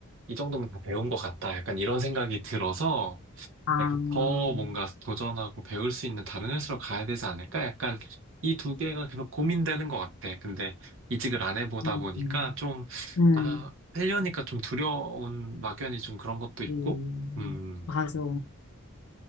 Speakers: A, on the right (about 65°); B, on the left (about 80°).
A: 이 정도면 다 배운 것 같다. 약간 이런 생각이 들어서
B: 아,
A: 내가
B: 음.
A: 더 뭔가 도전하고 배울 수 있는 다른 회사로 가야 되지 않을까? 약간 이 두 개가 계속 고민되는 것 같아. 근데 이직을 안 해보다
B: 음.
A: 보니까 좀,
B: 음.
A: 아, 하려니까 좀 두려운 막연히 좀 그런 것도 있고,
B: 음,
A: 음,
B: 맞아.